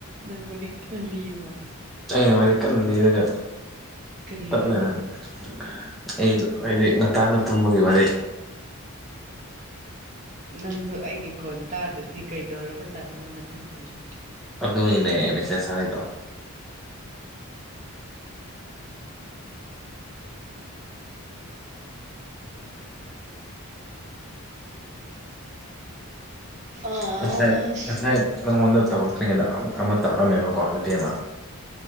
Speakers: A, on the right; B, in the centre.
A: ꯅꯪ ꯋꯥꯔꯤ ꯀꯟꯅ ꯂꯤꯌꯦꯕ
B: ꯑꯩꯅ ꯋꯥꯔꯤ ꯀꯟꯅ ꯂꯤꯔꯒ
A: ꯀꯔꯤ
B: ꯇꯠ
A: ꯋꯥꯔꯤ
B: ꯂꯩꯔꯝꯃꯦ ꯑꯁ ꯑꯩꯗꯣ ꯍꯥꯏꯗꯤ ꯉꯟꯇꯥꯅ ꯇꯨꯝꯕꯒꯤ ꯋꯥꯔꯤ
A: ꯅꯪꯖꯨ ꯑꯩꯒꯤ ꯈꯣꯟ ꯇꯥꯗ꯭ꯔꯗꯤ ꯀꯩꯗꯧꯔꯕ ꯖꯥꯠꯅꯣꯅ ꯈꯟ ꯌꯥꯏꯅ
B: ꯑꯗꯨꯅꯤꯅꯦ ꯃꯦꯁꯦꯁ ꯊꯥꯔꯛꯏꯗꯣ
A: ꯑꯥ
B: ꯉꯥꯁꯥꯏ
A: ꯁꯤꯔꯦ
B: ꯉꯥꯁꯥꯏ ꯅꯪꯉꯣꯟꯗ ꯇꯧꯔꯛ ꯇ꯭ꯔꯤꯉꯩꯗ ꯑꯃ ꯇꯧꯔꯛꯑꯝꯃꯦꯕꯀꯣ ꯅꯨꯄꯤ ꯑꯃ